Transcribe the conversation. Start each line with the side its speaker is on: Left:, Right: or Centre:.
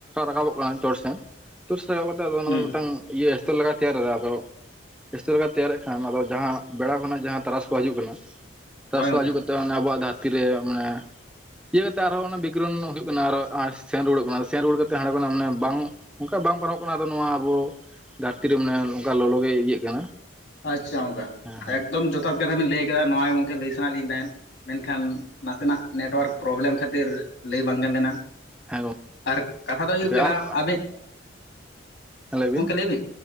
Centre: ᱨᱟᱠᱟᱵᱚᱜ ᱠᱟᱱᱟ ᱪᱚᱴ ᱥᱮᱫ ᱛᱩᱨᱥ ᱨᱟᱠᱟᱵ ᱠᱟᱛᱮ ᱚᱱᱟ
Left: ᱦᱩᱸ
Centre: ᱢᱤᱫᱴᱟᱝ ᱤᱭᱟᱹ ᱤᱥᱛᱚᱞ ᱞᱮᱠᱟ ᱛᱮᱭᱟᱨ ᱫᱟ ᱟᱫᱚ ᱮᱥᱛᱮ ᱞᱮᱠᱟ ᱛᱮᱭᱟᱨᱮᱜ ᱠᱷᱟᱱ ᱟᱫᱚ ᱡᱟᱦᱟᱸ ᱵᱮᱲᱟ ᱠᱷᱚᱱᱟᱜ ᱡᱟᱦᱟᱸ ᱛᱟᱨᱟᱥ ᱠᱚ ᱦᱟᱹᱡᱩᱜ ᱠᱟᱱᱟ ᱛᱟᱨᱥ
Left: ᱦᱳᱭ
Centre: ᱦᱤᱡᱩᱜ
Left: ᱚᱱᱠᱟ
Centre: ᱠᱟᱛᱮ ᱟᱵᱚᱣᱟᱜ ᱫᱷᱟᱹᱨᱛᱤ ᱨᱮ ᱢᱟᱱᱮ ᱤᱭᱟᱹ ᱠᱟᱛᱮ ᱟᱨ ᱦᱚᱸ ᱵᱤᱠᱨᱚᱱ ᱦᱩᱭᱩᱜ ᱠᱟᱱᱟ ᱟᱨ ᱟᱨ ᱥᱮᱱ ᱨᱩᱣᱟᱹᱲᱚᱜ ᱠᱟᱱᱟ ᱥᱮᱱ ᱨᱩᱣᱟᱹᱲ ᱠᱟᱛᱮ ᱦᱟᱸᱰᱮ ᱠᱷᱚᱱ ᱢᱟᱱᱮ ᱵᱟᱝ ᱚᱱᱠᱟ ᱵᱟᱝ ᱯᱟᱨᱚᱜ ᱠᱟᱱᱟ ᱟᱫᱚ ᱱᱚᱣᱟ ᱟᱵᱚ ᱫᱷᱟᱹᱨᱛᱤ ᱨᱮ ᱢᱟᱱᱮ ᱚᱱᱠᱟ ᱞᱚᱞᱚᱜᱮ ᱤᱭᱟᱹᱜ ᱠᱟᱱᱟ
Left: ᱟᱪᱪᱷᱟ ᱚᱝᱠᱟ
Centre: ᱦᱮᱸ ᱦᱮᱸ
Left: ᱮᱠᱫᱚᱢ ᱡᱚᱛᱷᱟᱛ ᱠᱟᱛᱷᱟ ᱵᱮᱤ ᱞᱟᱹᱭ ᱠᱮᱫᱟ ᱱᱚᱣᱟ ᱜᱚᱝᱠᱮ ᱞᱟᱹᱭ ᱥᱟᱱᱟᱭᱮᱫ ᱞᱤᱧ ᱛᱟᱦᱮᱸᱫ ᱢᱮᱱᱠᱷᱟᱱ ᱱᱟᱥᱮᱱᱟᱜ ᱱᱮᱴᱳᱣᱟᱨᱠ ᱯᱨᱚᱵᱞᱮᱢ ᱠᱷᱟᱹᱛᱤᱨ ᱞᱟᱹᱭ ᱵᱟᱝ ᱜᱟᱱ ᱞᱮᱱᱟ
Centre: ᱦᱮᱸ
Left: ᱟᱨ ᱠᱟᱛᱷᱟ ᱫᱚ
Centre: ᱜᱚᱝᱠᱮ
Left: ᱦᱩᱭᱩᱜ ᱠᱟᱱᱟ
Centre: ᱟᱨ
Left: ᱟᱵᱮᱱ
Centre: ᱞᱟᱹᱭ ᱵᱤᱱ
Left: ᱜᱚᱢᱠᱮ ᱞᱟᱹᱭᱵᱤᱱ